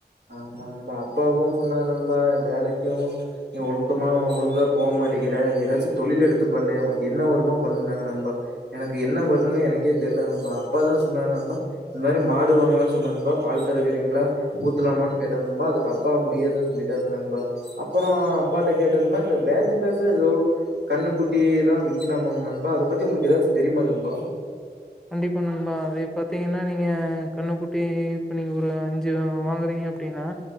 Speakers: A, on the right; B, in the centre.
A: ஆமா நண்பா அப்பாவும் சொன்னாங்க நண்பா வேலைக்கும் நீ ஒழுக்கமா ஒழுங்கா போ மாட்டிகிற நீ ஏதாச்சும் தொழில் எடுத்து பண்ணு உனக் என்ன வருமோ பண்ணுணாங்க நண்பா எனக்கு என்ன வருணும்னு எனக்கே தெரில நண்பா அப்பா தான் சொன்னாங்க நண்பா இந்த மாரி மாடு வாங்கலாம் சொன்னாங்க பால் கரக்குறீங்களா வித்துல்லாமாணு கேட்டேன் நண்பா அதுக்கு அப்பா முடியாதுனு சொல்லிட்டாங்க நண்பா அப்பறம் அப்பாட்ட கேட்டிருந்தேன் இந்த பேஜ் பேஜ் ஏதோ கண்ணு குட்டி எல்லாம் விற்கலாமா நண்பா அத பத்தி உங்களுக்கு எதாச்சும் தெரியுமா நண்பா
B: கண்டிப்பா நண்பா அதைய பாத்தீங்கன்னா நீங்க கண்ணுக்குட்டி இப்ப நீங்க ஒரு அஞ்சு வாங்குறீங்க அப்படின்னா